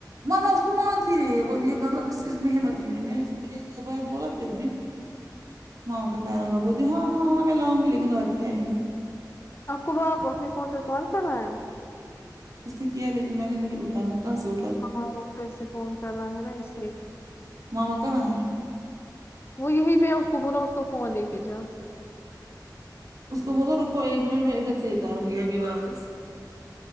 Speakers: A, on the right; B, on the left.
A: مما اس تو مانگتی رہی وہ یہ مطلب اس اس میں ہمت ہی نہیں میں نے اس کو ایک دو بار بولا پھر بھی <unintelligible> لو بولے ہاں ہاں ہاں میں لاونگی لیکن لاتی ہے ہی نہیں
B: <unintelligible> اپنے فون پہ کال کرنا ہے
A: اس نے کیا لیکن میں نے نہیں اٹایا میں کہاں سے اٹھا
B: ہاں پھر سے فون کر رہا ہے نا اس میں
A: مما کہاں ہے
B: وہ یہی پہ ہے اس کو بولا اس کو فون لے کے جاؤ
A: اس کو بولو رکو ایک منٹ میں ادھر سے ہی کروں گی ابھی واپس